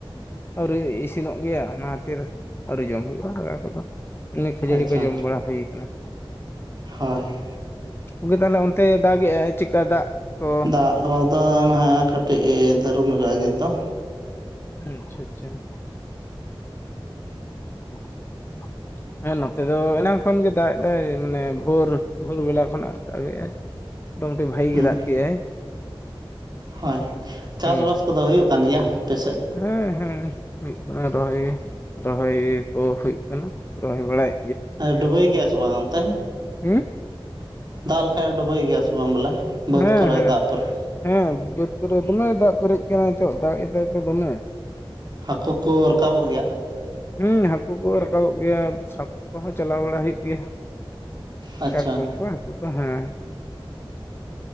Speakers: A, on the left; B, on the right.
A: ᱟᱹᱣᱨᱤ ᱤᱥᱤᱱᱚᱜ ᱜᱮᱭᱟ ᱚᱱᱟ ᱠᱷᱟᱹᱛᱤᱨ ᱟᱹᱣᱨᱤ ᱡᱚᱢ ᱦᱩᱭᱩᱜᱼᱟ ᱫᱟᱠᱟ ᱠᱚᱫᱚ ᱾ ᱮᱢᱱᱤ ᱠᱷᱟᱹᱡᱟᱹᱲᱤ
B: ᱟᱪᱪᱷᱟ
A: ᱠᱚ ᱡᱚᱢ ᱵᱟᱲᱟ ᱦᱩᱭ ᱠᱟᱱᱟ᱾
B: ᱦᱳᱭ ᱾
A: ᱜᱚᱢᱠᱮ ᱛᱟᱦᱚᱞᱮ ᱚᱱᱛᱮ ᱫᱟᱜ ᱮᱟᱭ ᱪᱮᱫᱠᱟ ᱫᱟᱜ ᱠᱚ
B: ᱫᱟᱜ ᱠᱚᱫᱚ ᱱᱟᱦᱟᱸᱜ ᱠᱟᱹᱴᱤᱡᱼᱮ ᱫᱟᱹᱨᱩᱱ ᱠᱟᱜᱼᱟ ᱱᱤᱛ ᱫᱚ᱾
A: ᱟᱪᱪᱷᱟ ᱟᱪᱪᱷᱟ ᱾ <unintelligible> ᱦᱮᱸ ᱱᱚᱛᱮ ᱫᱚ ᱮᱱᱟᱝ ᱠᱷᱚᱱ ᱜᱮ ᱫᱟᱜ ᱮᱫᱟᱭ ᱢᱟᱱᱮ ᱵᱷᱳᱨ ᱵᱷᱳᱨ ᱵᱮᱞᱟ ᱠᱷᱚᱱᱟᱜ ᱫᱟᱜ ᱮᱟᱭ ᱾ ᱢᱚᱴᱟᱢᱩᱴᱤ ᱵᱷᱟᱜᱤ
B: ᱦᱮᱸ
A: ᱜᱮ ᱫᱟᱜ ᱠᱮᱜ-ᱟᱭ ᱾
B: ᱦᱳᱭ ᱪᱟᱥᱵᱟᱥ
A: ᱦᱩᱸ ᱦᱩᱸ
B: ᱠᱚᱫᱚ ᱦᱩᱭᱩᱜ ᱠᱟᱱ ᱜᱮᱭᱟ ᱟᱯᱮ ᱥᱮᱫ?
A: ᱦᱮᱸ ᱦᱮᱸ ᱦᱩᱭᱩᱜ ᱠᱟᱱᱟ ᱨᱚᱦᱚᱭ ᱨᱚᱦᱚᱭ ᱠᱚ ᱦᱩᱭᱩᱜ ᱠᱟᱱᱟ ᱨᱚᱦᱚᱭ ᱵᱟᱲᱟᱭ
B: ᱰᱩᱵᱟᱹᱭ ᱜᱮᱭᱟ ᱥᱮ ᱵᱟᱝ ᱚᱱᱛᱮ?
A: ᱦᱩᱸ
B: ᱫᱟᱜ ᱞᱮᱠᱷᱟᱡ ᱰᱩᱵᱟᱹ ᱜᱮᱭᱟ ᱥᱮ ᱵᱟᱝ ᱵᱚᱞᱮ ᱵᱟᱹᱫᱽ
A: ᱦᱮᱸ
B: ᱠᱚᱨᱮ
A: ᱦᱮᱸ
B: ᱫᱟᱜ ᱯᱚᱨᱮᱡ
A: ᱦᱮᱸ ᱵᱟᱹᱫᱽ ᱠᱚᱨᱮ ᱫᱚᱢᱮ ᱫᱟᱜ ᱯᱮᱨᱮᱡ ᱟᱠᱟᱱᱟ ᱱᱤᱛᱚᱜ ᱫᱟᱜ ᱮᱫᱟᱭ ᱛᱚ ᱫᱚᱢᱮ,
B: ᱦᱟᱹᱠᱩ ᱠᱚ ᱨᱟᱠᱟᱵᱚᱜ ᱜᱮᱭᱟ?
A: ᱦᱩᱸᱢ ᱦᱟᱹᱠᱩ ᱠᱚ ᱨᱟᱠᱟᱵᱚᱜ ᱜᱮᱭᱟ ᱥᱟᱵ ᱠᱚᱦᱚᱸ ᱪᱟᱞᱟᱣ ᱵᱟᱲᱟ ᱦᱩᱭᱩᱜ ᱜᱮᱭᱟ ᱾
B: ᱟᱪᱪᱷᱟ
A: ᱠᱟᱴᱠᱚᱢ ᱠᱚ ᱦᱟᱹᱠᱩ ᱠᱚ ᱦᱮᱸ,